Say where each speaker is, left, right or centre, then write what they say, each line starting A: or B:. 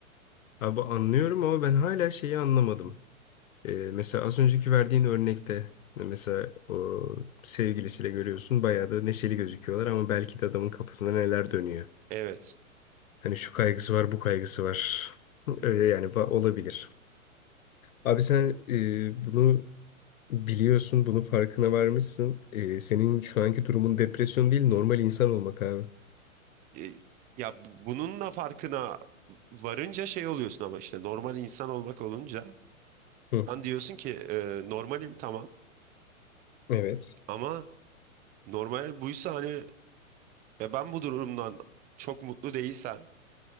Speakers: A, on the left (about 70°); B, on the right (about 20°).
A: Abi anlıyorum ama ben hala şeyi anlamadım. Ee, mesela az önceki verdiğin örnekte mesela o sevgilisiyle görüyorsun bayağı da neşeli gözüküyorlar ama belki de adamın kafasında neler dönüyor.
B: Evet.
A: Hani şu kaygısı var, bu kaygısı var. <laughs>
B: Hı
A: Öyle
B: hı.
A: yani ba- olabilir. Abi sen e, bunu biliyorsun, bunun farkına varmışsın. E, senin şu anki durumun depresyon değil, normal insan olmak abi.
B: E, ya bu- bununla farkına varınca şey oluyorsun ama işte normal insan olmak olunca
A: Hı.
B: sen diyorsun ki e, normalim tamam
A: Evet.
B: ama normal buysa hani ve ben bu durumdan çok mutlu değilsem